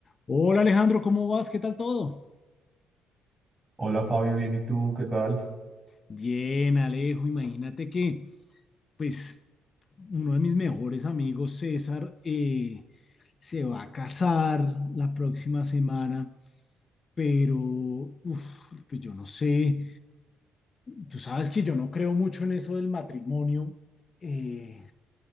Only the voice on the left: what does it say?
Hola Alejandro, ¿cómo vas? ¿Qué tal todo?
Bien, Alejo, imagínate que, pues, uno de mis mejores amigos, César, eh, se va a casar la próxima semana, pero, uf, pues yo no sé, tú sabes que yo no creo mucho en eso del matrimonio. Eh,